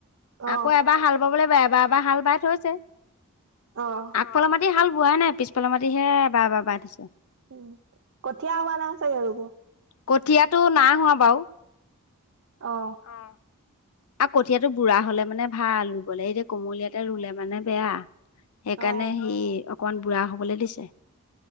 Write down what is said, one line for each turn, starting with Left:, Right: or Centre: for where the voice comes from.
Right: অ',
Left: আকৌ এবাৰ হাল বাবলৈ বা বাবা হাল বাই থৈছে,
Right: অ',
Left: আগফালৰ মাটি হাল বোৱাই নাই পিছফালৰ মাটিহে বা বা বা দিছে।
Right: উম, কঠীয়া হোৱা না চাগে ৰুব।
Left: কঠিয়াটো নাই হোৱা বাৰু
Right: অ',
Left: আহ। আৰু কঠীয়াটো বুঢ়া হলে মানে ভাল ৰুব লাগ এতিয়া কোমলীয়াতে ৰুলে মানে বেয়া। সেইকাৰণে
Right: অ',
Left: সি অকমান বুঢ়া হবলৈ দিছে